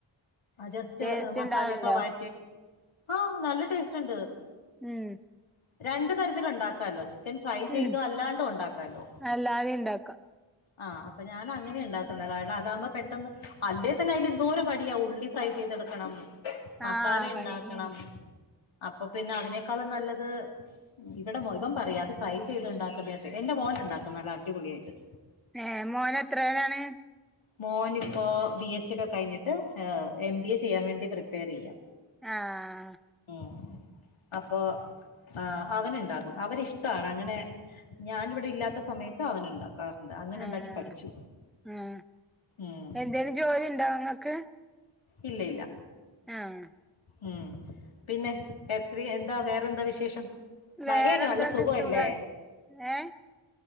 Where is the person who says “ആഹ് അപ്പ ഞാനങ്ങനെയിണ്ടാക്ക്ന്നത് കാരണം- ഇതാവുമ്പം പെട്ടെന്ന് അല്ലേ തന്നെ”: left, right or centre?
Left